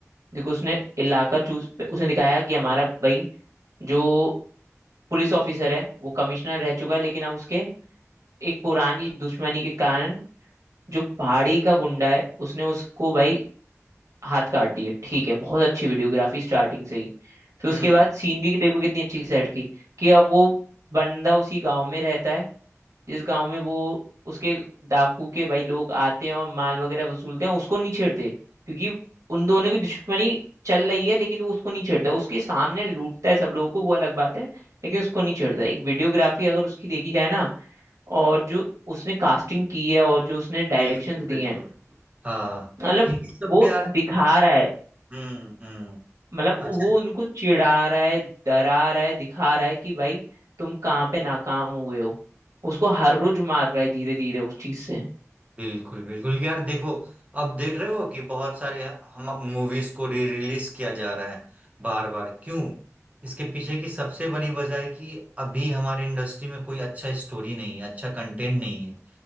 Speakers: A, on the right (about 80°); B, on the right (about 25°).
A: देखो उसने इलाका चूज उसने दिखाया कि हमारा भाई जो पुलिस ऑफिसर है वो कमिश्नर रह चुका है लेकिन अब उसके एक पुरानी दुश्मनी के कारण जो पहाड़ी का गुंडा है उसने उसको भाई हाथ काट दिए ठीक है बहुत अच्छी वीडियोग्राफी स्टार्टिंग से ही फिर
B: हम्म
A: उसके बाद सीनरी देखो कितनी अच्छी सेट की कि अब वो बंदा उसी गांव में रहता है जिस गांव में वो उसके डाकू के भाई लोग आते हैं और माल वगैरह वसूलते हैं उसको नहीं छेड़ते क्योंकि उन दोनों की दुश्मनी चल रही है लेकिन वो उसको नहीं छेड़ता उसके सामने लूटता है सब लोगों को वो अलग बात है लेकिन उसको नहीं छेड़ता एक वीडियोग्राफी अगर उसकी देखी जाए ना और जो उसने कास्टिंग की है और जो उसने डायरेक्शंस
B: बिल्कुल
A: दिए
B: बिल्कुल
A: हैं
B: हाँ
A: मतलब
B: तो ये सब
A: वो
B: भी यार
A: दिखा रहा है
B: हम्म हम्म
A: मतलब
B: अच्छा
A: वो उनको चिढ़ा रहा है डरा रहा है दिखा रहा है कि भाई तुम कहाँ पे नाकाम हुए हो उसको हर रोज मार रहा है धीरे धीरे उस चीज से
B: बिल्कुल बिल्कुल यार देखो अब देख रहे हो कि बहुत सारे हम मूवीज को री रिलीज किया जा रहा है बार बार क्यों इसके पीछे की सबसे बड़ी वजह है कि अभी हमारे इंडस्ट्री में कोई अच्छा स्टोरी नहीं है अच्छा कंटेंट नहीं है